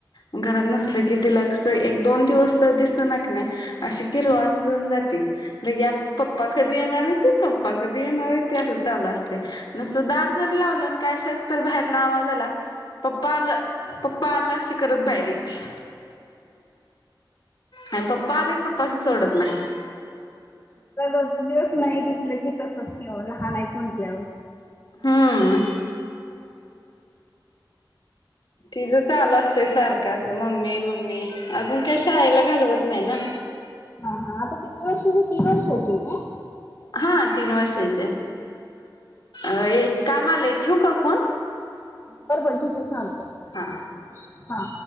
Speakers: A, on the left (about 65°); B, on the left (about 30°).
A: घरात, नसल की तिला कसं एक, दोन दिवस तर दिसना की अशी किरवान जाऊन जाते, म्हे पप्पा कधी येणार ते पप्पा कधी ही नव्ह ते हाल चालू असतय नुसत दार जरी लावलं. कशाच तर बाहेरला आवाजाला आला, पप्पा आलं, पप्पा आलं अशी करत बाहेर येती आणि पप्पा आला की पप्पानी सोडत नाही.
B: त्या दोन, तीन दिवस नाही दिसले की तसं की वो लहान आहेत म्हटल्यावर.
A: हम्म. तिजं चालू असतंय सारखं असं मम्मी मम्मी, अजून काय शाळेला घालवत नाही ना.
B: हा. हा. आता किती वर्षाची दीड वर्षाची आहे काय?
A: हा तीन वर्षाचे आहे, मला एक काम आलाय ठेवू का फोन?
B: बर बर ठीक आहे सांगतो.
A: हा.
B: हा.